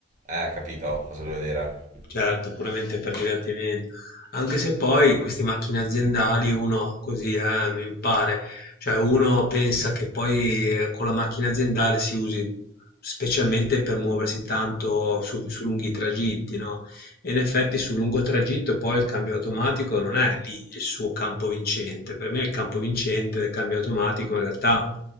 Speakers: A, on the right; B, on the left.
A: Eh, capito cosa voglio dire?
B: Certo, puramente per divertimento. Anche se poi queste macchine aziendali uno così, eh, mi pare, cioè uno pensa che poi eh, con la macchina aziendale si usi specialmente per muoversi tanto su, su lunghi tragitti, no? E in effetti sul lungo tragitto poi il cambio automatico non è lì il suo campo vincente. Per me il campo vincente del cambio automatico in realtà